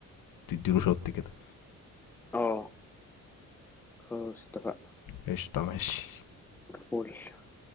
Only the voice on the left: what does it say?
تديله شوت كده
قشطة ماشي